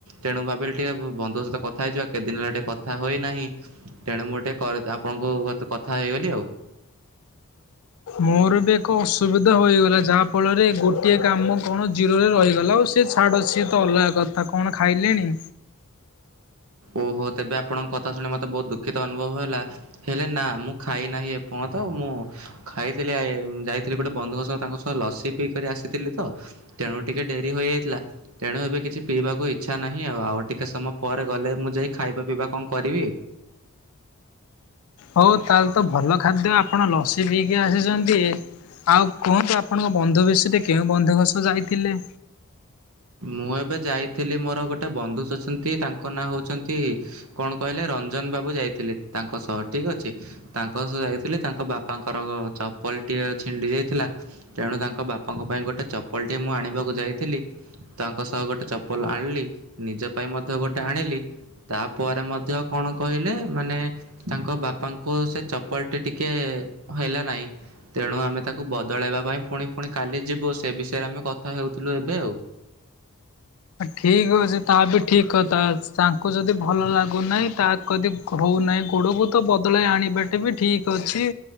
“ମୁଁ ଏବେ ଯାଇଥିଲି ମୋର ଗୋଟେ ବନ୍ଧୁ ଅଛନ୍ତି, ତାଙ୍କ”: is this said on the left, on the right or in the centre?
Right